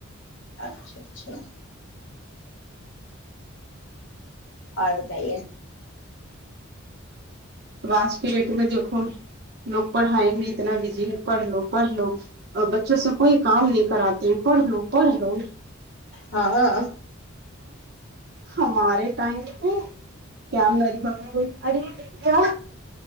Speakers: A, on the left; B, on the right.
A: اچھا اچھا اور بتائیے
B: ا آج کے ڈیٹ میں دیکھو لوگ پڑھائی میں اتنا بزی ہے پڑھ لو پڑھ لو اور بچوں سے کوئی کام نہیں کراتے پڑھ لو پڑھ لو
A: ہاں
B: ہمارے ٹائم تھ کیا ہم نےری ب ب ار ا